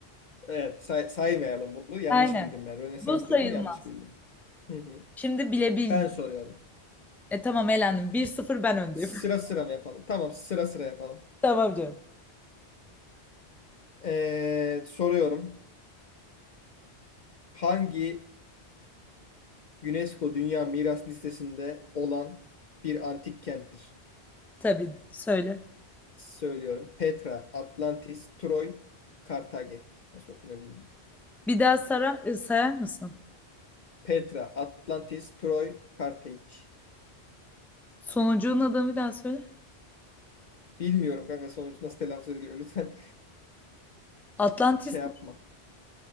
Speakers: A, on the left; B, in the centre.
A: Evet. say- saymayalım bunu. Yanlış
B: Aynen.
A: bildim ben. Rönesans
B: Bu sayılmaz.
A: dedim. Yanlış bildim. Hı hı.
B: Şimdi bilebileceğin...
A: Ben soruyorum.
B: E tamam elendim. bir sıfır ben öndeyim.
A: Sıra sıra mı yapalım? Tamam. Sıra sıra yapalım.
B: <laughs> Tamam canım.
A: Ee, soruyorum. Hangisi UNESCO Dünya Miras Listesi'nde olan bir antik kenttir?
B: Tabii söyle.
A: Söylüyorum. Petra, Atlantis, Troy, Kartage. Nasıl okunuyor bilmiyorum.
B: Bir daha sara, e, sayar mısın?
A: Petra, Atlantis, Troy, Kartage.
B: Sonucunun adını bir daha söyle.
A: Bilmiyorum kanka sonuç nasıl telaffuz ediliyor. Lütfen
B: Atlantis
A: <laughs> şey yapma.